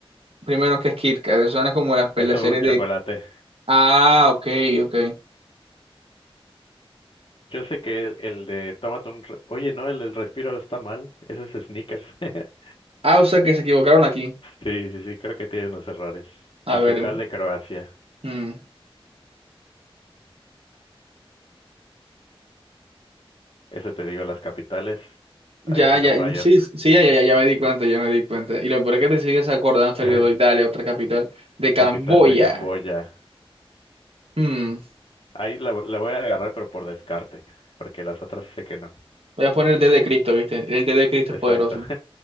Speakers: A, on the right; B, on the left.
A: Primero, que es Kit Kat? Eso Suena como las, la
B: Es un
A: serie
B: chocolate.
A: de... Ah, ok, ok.
B: Yo sé que el, el de tómate un... re- Oye, no, el del respiro está mal. Ese es Snickers. <laughs>
A: Ah, o sea que se equivocaron aquí.
B: Sí, sí, sí, creo que tiene unos errores.
A: A
B: Capital
A: ver.
B: de Croacia.
A: Mm.
B: Eso te digo, las capitales.
A: Ya,
B: Ahí sí
A: ya,
B: no fallas.
A: sí, sí, ya, ya, ya me di cuenta, ya me di cuenta. Y lo peor es que te sigues acordando hasta
B: <laughs>
A: el día de hoy, dale, otra capital, de Camboya.
B: Capital de Camboya.
A: Mm.
B: Ahí la, la voy a agarrar, pero por descarte, porque las otras sé que no.
A: Voy a poner el D de Cristo, ¿viste? El D de Cristo
B: Exacto.
A: es poderoso.